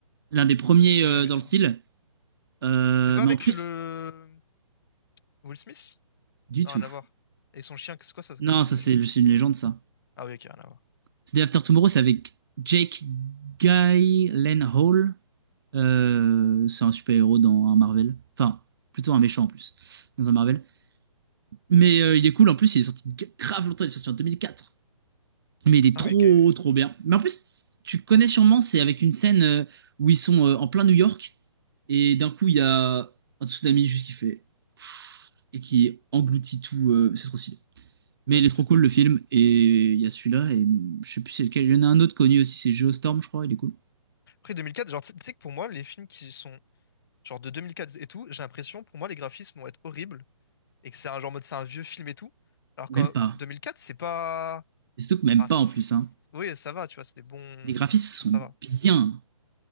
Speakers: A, on the right; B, on the left.
A: L'un des premiers
B: J'ai
A: euh,
B: jamais vu
A: dans
B: ça.
A: le style. Euh,
B: C'est pas
A: Mais
B: avec
A: en plus,
B: le. Will Smith?
A: du
B: Non,
A: tout.
B: rien à voir. Et son chien, c'est quoi ça
A: Non,
B: comme film
A: ça,
B: déjà?
A: c'est juste une légende, ça.
B: Ah oui, ok, rien à voir.
A: The Day After Tomorrow, c'est avec Jake Gyllenhaal. Euh, c'est un super-héros dans un Marvel. Enfin, plutôt un méchant en plus, dans un Marvel. Mais euh, il est cool, en plus, il est sorti g- grave longtemps, il est sorti en 2004. Mais il est
B: Ah
A: trop,
B: oui, ok, oui.
A: trop
B: oui.
A: bien. Mais en plus, tu connais sûrement, c'est avec une scène euh, où ils sont euh, en plein New York, et d'un coup, il y a un tsunami juste qui fait, et qui engloutit tout, euh, c'est trop stylé. Mais
B: Ouais,
A: il
B: peut-être.
A: est trop cool le film, et il y a celui-là, et je sais plus c'est lequel. Il y en a un autre connu aussi, c'est Geostorm, je crois, il est cool.
B: Après deux mille quatre genre, tu sais tu sais que pour moi, les films qui sont genre de deux mille quatre et tout, j'ai l'impression, pour moi, les graphismes vont être horribles et que c'est un genre mode, c'est un vieux film et tout. Alors
A: Même
B: que
A: pas.
B: 2004 c'est pas.
A: Et surtout que même
B: Ah,
A: pas
B: c'est-
A: en plus, hein.
B: oui, ça va, tu vois, c'est des bons.
A: Les graphismes sont
B: Genre, ça va.
A: bien.